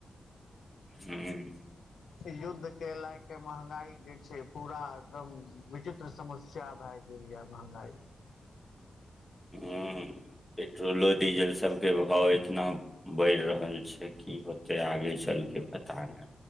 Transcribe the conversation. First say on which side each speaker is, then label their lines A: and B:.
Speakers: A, in the centre; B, on the left.
A: हूँ
B: युद्ध के लएके महंगाई जे छै पूरा एकदम विचित्र समस्या भए गेल यै महगाई
A: ह पेट्रोलो डीजल सबके भाव एतना बढ़ि रहल छै की होतै आगे चलके पता नहि